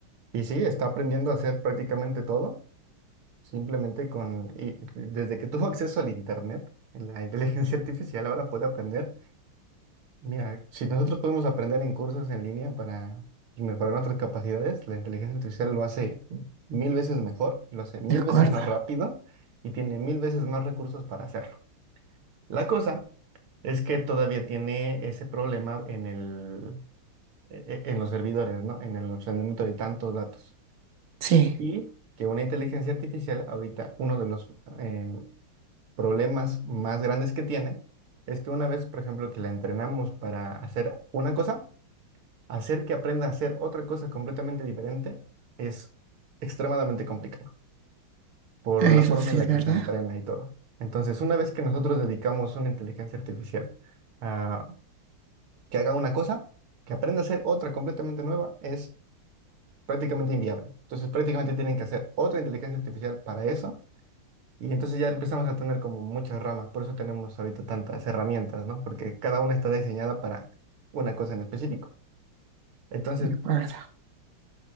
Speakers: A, on the right (about 80°); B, on the right (about 40°).
A: Y sí, está aprendiendo a hacer prácticamente todo, simplemente con, y- desde que tuvo acceso al Internet, en la <laughs> inteligencia artificial ahora puede aprender. Mira, si nosotros podemos aprender en cursos en línea para mejorar nuestras capacidades, la inteligencia artificial lo hace mil veces mejor, lo hace mil
B: De acuerdo.
A: veces más rápido y tiene mil veces más recursos para hacerlo. La cosa es que todavía tiene ese problema en el, e- e- en los servidores, ¿no? En el almacenamiento de tantos datos.
B: Sí,
A: Y que una inteligencia artificial, ahorita uno de los eh, problemas más grandes que tiene es que una vez, por ejemplo, que la entrenamos para hacer una cosa, hacer que aprenda a hacer otra cosa completamente diferente es extremadamente complicado por
B: eso
A: la forma
B: sí
A: en
B: es
A: la
B: verdad.
A: que se entrena y todo. Entonces, una vez que nosotros dedicamos una inteligencia artificial a que haga una cosa, que aprenda a hacer otra completamente nueva, es prácticamente inviable. Entonces, prácticamente tienen que hacer otra inteligencia artificial para eso Y entonces ya empezamos a tener como muchas ramas, por eso tenemos ahorita tantas herramientas, ¿no? Porque cada una está diseñada para una cosa en específico. Entonces,
B: De acuerdo.